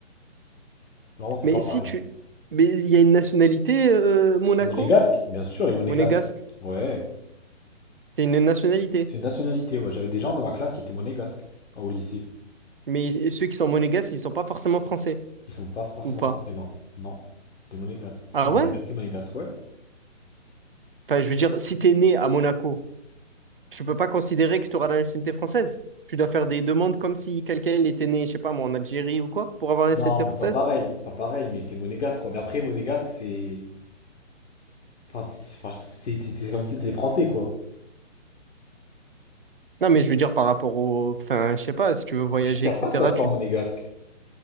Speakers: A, on the left; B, on the right.
A: Vraiment, c'est
B: Mais
A: pas pareil.
B: si tu, mais il y a une nationalité euh, Monaco,
A: Les monégasques? Bien sûr, les monégasques.
B: monégasque.
A: Ouais.
B: C'est une nationalité.
A: C'est une nationalité, ouais. J'avais des gens dans ma classe qui étaient monégasques au lycée.
B: Mais ceux qui sont monégasques, ils sont pas forcément français,
A: Ils sont pas forcément
B: ou pas?
A: français, non. Non. T'es monégasque. C'était
B: Ah
A: monégasque,
B: ouais?
A: t'es monégasque, ouais.
B: Enfin, je veux dire, si t'es né à Monaco, tu peux pas considérer que tu auras la nationalité française. Tu dois faire des demandes comme si quelqu'un il était né, je sais pas, moi, en Algérie ou quoi, pour avoir la nationalité
A: Non, mais
B: française.
A: c'est pas pareil, c'est pas pareil, mais t'es monégasque quoi. Mais après, monégasque, c'est. Enfin, c'est enfin, c'est- c'est- c'est comme si t'étais français, quoi.
B: Non, mais je veux dire par rapport au, enfin, je sais pas, si tu veux voyager,
A: Mais je crois qu'il
B: etc.
A: n'y a pas de passeport
B: Tu,
A: monégasque.